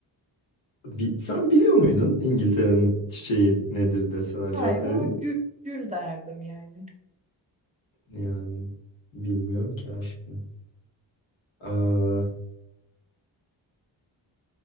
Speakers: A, on the left (about 80°); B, on the right (about 15°).
A: Bi- sen biliyor muydun İngiltere'nin çiçeği nedir deseler
B: Hayır
A: cevap verebilir
B: ama gül,
A: misin?
B: gül derdim yani.
A: Yani bilmiyorum ki aşkım. Aa,